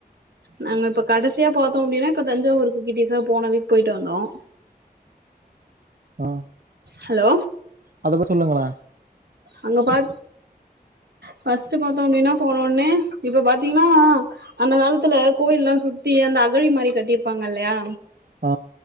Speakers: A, on the right (about 85°); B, on the right (about 65°).
A: நாங்க இப்ப கடைசியா பாத்தோம் அப்டின்னா இப்ப தஞ்சாவூருக்கு கிட்டீசா போன வீக் போய்ட்டு வந்தோம்
B: ஆ
A: ஹலோ
B: அத பத்தி சொல்லுங்களேன்.
A: அங்க பார் ஃபஸ்ட் பாத்தோம் அப்டின்னா போன உடனே இப்ப பாத் திங்கன்னா அந்த காலத்துல கோயில் எல்லாம் சுத்தி அந்த அகழி மாரி கட்டியிருப்பாங்க இல்லையா
B: ஆ